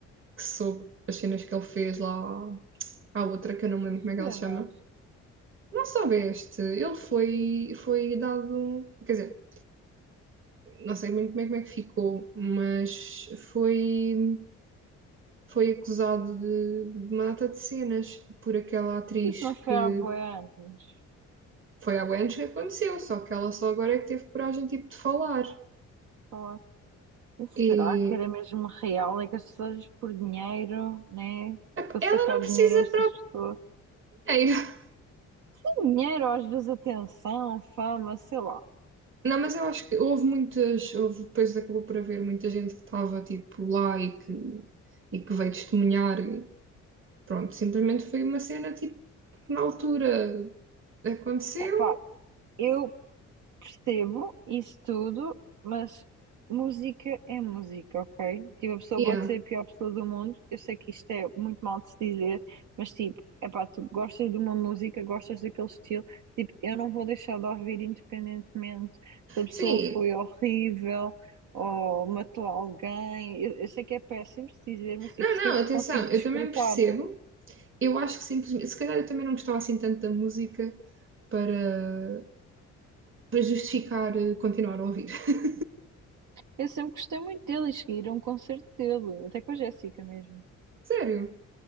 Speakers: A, on the right; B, on the right.
A: que soube as cenas que ele fez lá à outra, que eu não me lembro como é que
B: Pena.
A: ela se chama. Não soubeste, ele foi, foi dado, um, quer dizer, não sei muito bem como é que ficou, mas foi, foi acusado de, de uma data de cenas por aquela atriz
B: Isso não foi
A: que
B: há bué anos.
A: foi há anos que aconteceu, só que ela só agora é que teve coragem tipo de falar.
B: Falar. E será
A: E
B: que era mesmo real? É que as pessoas por dinheiro, né?
A: ep,
B: Para
A: ela
B: sacar
A: não precisa
B: dinheiro a estas pessoas.
A: É,
B: Tem dinheiro, às vezes atenção, fama, sei lá.
A: não, mas eu acho que houve muitas, houve, depois acabou por haver muita gente que estava tipo lá e que, e que veio testemunhar. Pronto, simplesmente foi uma cena tipo que na altura aconteceu.
B: Epá, eu Percebo isso tudo, mas música é música, ok? Tipo, a pessoa
A: Yeah.
B: pode ser a pior pessoa do mundo. Eu sei que isto é muito mal de se dizer, mas tipo, epá, tu gostas de uma música, gostas daquele estilo. Tipo, eu não vou deixar de ouvir independentemente se a pessoa
A: Sim,
B: foi horrível ou matou alguém. Eu, eu sei que é péssimo se dizer, mas tipo,
A: não,
B: se
A: não,
B: eu
A: atenção,
B: consigo
A: eu
B: desfrutar.
A: também percebo. Eu acho que simplesmente, se calhar eu também não gostava assim tanto da música para, para justificar eh, continuar a ouvir. <laughs>
B: Eu sempre gostei muito dele e cheguei a ir a um concerto dele, até com a Jéssica mesmo.
A: Sério.